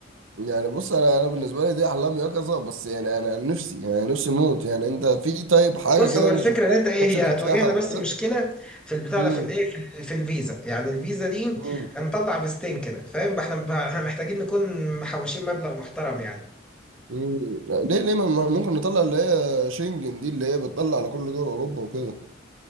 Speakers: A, on the right (about 85°); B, in the centre.
A: يعني بص انا انا بالنسبه لي دي احلام يقظه بس يعني انا نفسي يعني نفسي موت يعني انت في طيب حاجه
B: بص
A: كده
B: هو
A: انت
B: الفكره
A: شفتها
B: ان انت ايه
A: مثلاً
B: هي
A: شركه
B: هتواجهنا
A: سياحه وكده
B: بس مشكله في البتاع
A: امم
B: ده في الايه في, ال- في الفيزا يعني الفيزا دي
A: امم
B: هنطلع فيزتين كده فاهم احنا احنا محتاجين نكون محوشين مبلغ محترم يعني
A: امم ليه ليه ما ما ممكن نطلع اللي هي شنجن دي اللي هي بتطلع على كل دول اوروبا وكده